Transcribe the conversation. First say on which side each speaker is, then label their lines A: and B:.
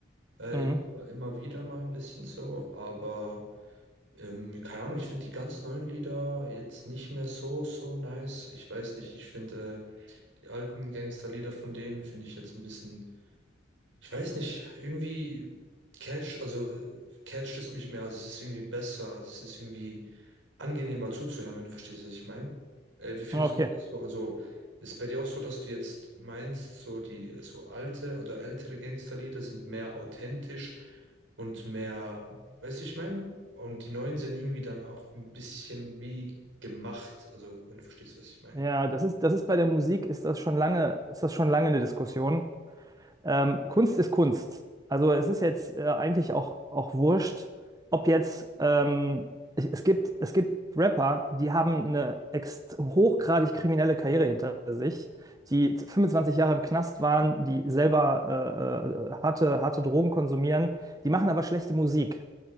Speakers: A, on the right; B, on the right.
A: Äh,
B: Mhm.
A: immer, immer wieder mal ein bisschen so, aber ähm, keine Ahnung, ich finde die ganz neuen Lieder jetzt nicht mehr so, so nice. Ich weiß nicht, ich finde äh, die alten Gangsterlieder von denen finde ich jetzt ein bisschen. Ich weiß nicht, irgendwie catcht, also äh, catcht es mich mehr, also es ist irgendwie besser, also es ist irgendwie angenehmer zuzuhören, wenn du verstehst, was ich meine. Äh, wie findest
B: Okay.
A: du das so? Also ist bei dir auch so, dass du jetzt meinst, so die so alte oder ältere Gangsterlieder sind mehr authentisch und mehr, weißt du, ich meine? Und die neuen sind irgendwie dann auch ein bisschen wie gemacht, also wenn du verstehst, was ich meine.
B: Ja, das ist, das ist bei der Musik ist das schon lange, ist das schon lange eine Diskussion. Ähm, Kunst ist Kunst. Also es ist jetzt äh, eigentlich auch, auch wurscht, ob jetzt ähm, ich- es gibt, es gibt Rapper, die haben eine ext hochgradig kriminelle Karriere hinter sich, die 25 Jahre im Knast waren, die selber äh, äh, harte, harte Drogen konsumieren, die machen aber schlechte Musik.